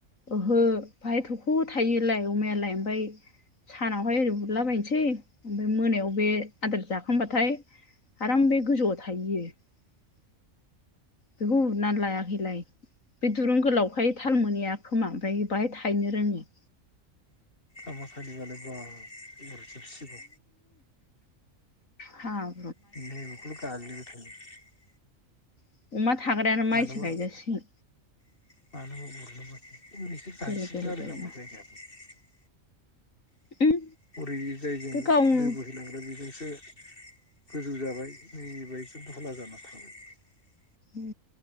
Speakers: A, on the left; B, on the left.
A: <inaudible> बेखौ उरनानै लायाखैलाय बे दुरुं गोलावखाय थाल मोनहैया खोमा ओमफ्राय बाहाय थायनो रोङो।
B: <inaudible> उरजोबसिगौ।
A: हा।
B: <inaudible>
A: <inaudible> थाग्रायानो माइसो
B: मानोबा
A: गायजासिगोन।
B: मानोबा उरो।
A: गेल गेल गेलनो
B: <inaudible> <inaudible>
A: उम बे गावनो
B: <inaudible>
A: उम